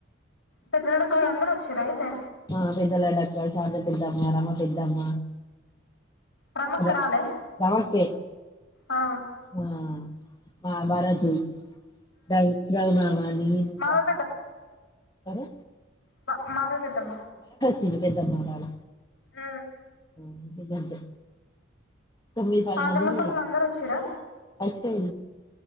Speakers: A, on the left (about 85°); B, on the left (about 20°).
A: పెద్దలాడక్కొల్ అందరు వచ్చిరా అయితే?
B: ఆ పెద్దలాడక్క, శారద పెద్దమ్మ, రమ పెద్దమ్మ,
A: రమ్మక్క
B: ర
A: రాలే
B: రమక్కె.
A: ఆ
B: ఆ ఆ బారతి దరిత్రది మామ అది ఏం చేద్దాం!
A: మాధవ
B: కదా
A: ప మాదవ పెద్దమ్మ.
B: తిరు పెద్దమ్మనాల
A: మ్
B: మ్ ఇదంతే తొమ్మిది పది
A: కాకర్ల
B: మంది పోయినం.
A: పల్లిలు అందరు వచ్చిర్రా
B: వచ్చారు